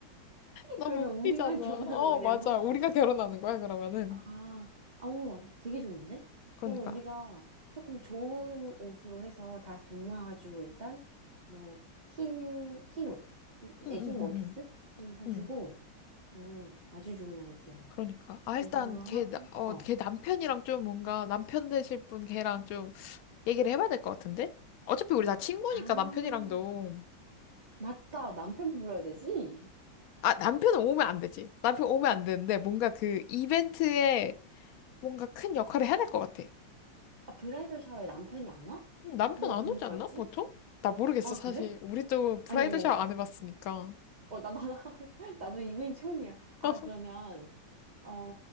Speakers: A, on the right (about 30°); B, on the left (about 70°).
A: <laughs>
B: 너무
A: 그러면
B: 웃기잖아.
A: 우리만 결혼하는
B: 어,
A: 거냐고.
B: 맞아. 우리가 결혼하는 거야, 그러면은.
A: 아, 아우, 되게 좋은데?
B: 그러니까.
A: 그러면 우리가 조금 좋은 옷으로 해서 다 돈 모아가지고 일단, 뭐, 흰, 흰 옷, 에,
B: 응,
A: 흰
B: 응, 응,
A: 원피스?
B: 응.
A: 하나 사주고,
B: 응.
A: 어, 아주 좋은 아이디어야.
B: 그러니까. 아,
A: 이걸로
B: 일단
A: 하고,
B: 걔, 나- 어,
A: 어.
B: 걔 남편이랑 좀 뭔가 남편 되실 분 걔랑 좀 얘기를 해봐야 될 것 같은데? 어차피 우리 다 친구니까
A: 아,
B: 남편이랑도.
A: 맞다. 남편 불러야 되지?
B: 아, 남편은 오면 안 되지. 남편 오면 안 되는데 뭔가 그 이벤트에 뭔가 큰 역할을 해야 될 것 같아.
A: 아, 브라이덜 샤워에 남편이 안 와?
B: 음, 남편
A: 네,
B: 안
A: 본
B: 오지
A: 거
B: 않나?
A: 같지?
B: 보통? 나 모르겠어,
A: 아,
B: 사실.
A: 그래?
B: 우리도 브라이드
A: 아니, 아니, 아니야.
B: 샤워 안 해봤으니까.
A: 어, 나, 나, <laughs> 나도 이분이 처음이야. 아,
B: <laughs>
A: 그러면, 어,